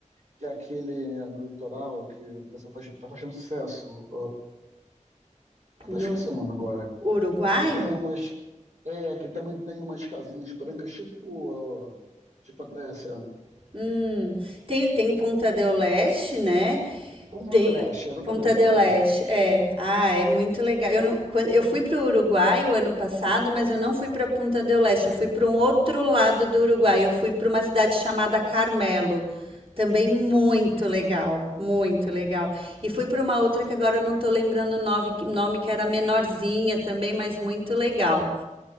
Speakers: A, on the right (about 70°); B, on the right (about 45°).
A: que é aquele no litoral que o pessoal faz, tá fazendo sucesso. ah, até esqueci
B: No
A: o nome agora.
B: Uruguai?
A: Que tem umas. É, que também tem umas casinhas brancas, tipo, ah, tipo a Grécia.
B: Hum, tem, tem Ponta del Este, né?
A: Pômulo
B: Tem
A: do Leste, exatamente,
B: Ponta del
A: lá mesmo.
B: Este, é.
A: Isso.
B: Ah, é muito legal. Eu, não, quando, eu fui para o Uruguai o ano passado, mas eu não fui para Ponta del Este, eu fui para um outro lado do Uruguai. Eu fui para uma cidade chamada Carmelo. Também muito legal, muito legal. E fui para uma outra que agora eu não tô lembrando o nove- nome, que era menorzinha também, mas muito legal.